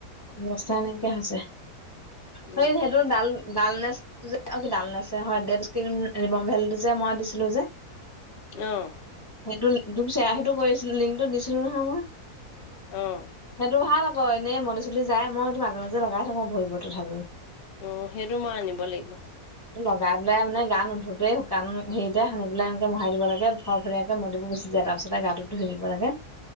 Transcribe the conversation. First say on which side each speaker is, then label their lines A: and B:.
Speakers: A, on the left; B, on the left.
A: অৱস্থাই নাইকিয়া হৈছে। সেই
B: উম
A: সেইটো ডাল, ডালনেচ যে অ' কি ডালনেচে হে হয় ডেড স্ক্ৰিন ৰিম'ভেলটো মই দিছিলো যে। <inaudible>
B: অ'
A: সেইটো তোক চিয়েৰটো কৰিছিলো লিংকটো দিছিলো নহয় মই।
B: অঁ
A: সেইটো ভাল আকৌ এনে মলি চলি যায়, মই সেইটো মাজে মাজে লগাই থাকো ভৰিবোৰত তথাপিও।
B: অ' সেইটো মই আনিব লাগিব।
A: লগাই পেলাই মানে গা নোধোতে শুকান হেৰিতে সানি পেলাই এনেকে মোহাই দিব লাগে। ফৰফৰীয়াকে মলিবোৰ গুচি যায়, তাৰ পিছতে গাটো ধুই দিব লাগে।